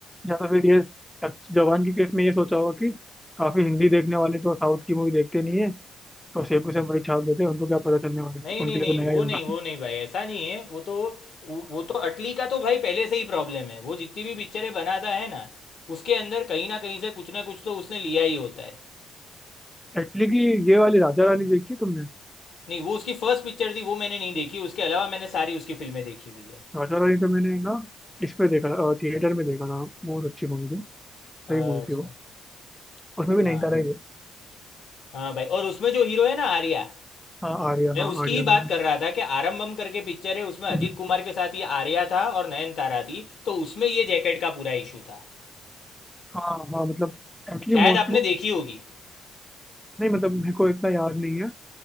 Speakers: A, in the centre; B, on the left.
A: या तो फिर ये तक- जवान के केस में ये सोचा होगा कि काफी हिंदी देखने वाले तो साउथ की मूवी देखते नहीं है तो सेम टू सेम वही छाप देते हैं उनको क्या पता चलने वाला है,
B: नहीं
A: उनके
B: नहीं नहीं
A: लिए तो नया
B: वो
A: ही होगा
B: नहीं वो नहीं भाई ऐसा नहीं है वो तो वो वो तो अटली का तो भाई पहले से ही प्रॉब्लम है वो जितनी भी पिक्चरें बनाता है ना उसके अंदर कहीं ना कहीं से कुछ ना कुछ तो उसने लिया ही होता है
A: एक्चुअली कि ये वाली राजा रानी देखी है तुमने
B: नहीं वो उसकी फर्स्ट पिक्चर थी वो मैंने नहीं देखी उसके अलावा मैंने सारी उसकी फिल्में देखी हुई है
A: राजा रानी तो मैंने ना इस पे देखा था थिएटर में देखा था बहुत अच्छी मूवी थी सही
B: अच्छा
A: मूवी थी वो उसमें भी
B: हाँ
A: नैनीताल ही थे
B: हाँ भाई और उसमें जो हीरो है ना आर्या
A: हाँ आर्या
B: मैं
A: हाँ
B: उसकी
A: आर्या
B: ही बात
A: दोनों
B: कर रहा था कि आरंबम करके पिक्चर है उसमें अजीत
A: हम्म,
B: कुमार के साथ ये आर्या था और नयनतारा थी तो उसमें ये जैकेट का पूरा इशू था
A: हाँ हाँ मतलब एक्चुअली
B: शायद
A: मोस्ट
B: आपने देखी होगी
A: नहीं मतलब मेरे को इतना याद नहीं है